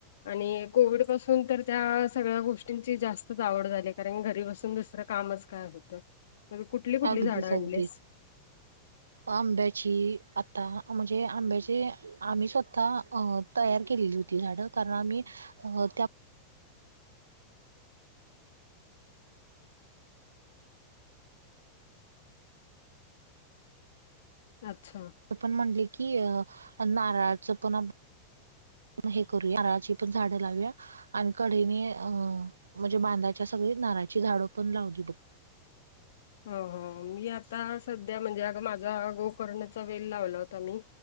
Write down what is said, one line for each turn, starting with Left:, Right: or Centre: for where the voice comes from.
Left: आणि कोविड पासून तर त्या सगळ्या गोष्टींची जास्तच आवड झाली. कारण घरी बसून दुसरं, कामच काय होतं कुठली कुठली
Right: अगदीच
Left: झाडं आणलीस.
Right: अगदीच आंब्याची आता म्हणजे आंब्याची आम्ही स्वतः तयार केलेली होती झाडं कारण आम्ही त्या
Left: अच्छा!
Right: पण म्हणले की अ नारळाचं पण मग हे करूया नारळाची पण झाडं लावूया. आणि कडेने अ म्हणजे बांधाच्या सगळी नारळाची झाडं पण लावली बघ.
Left: हो हो मी आता सध्या म्हणजे अग माझा गोकर्णाचा वेल लावला होता मी.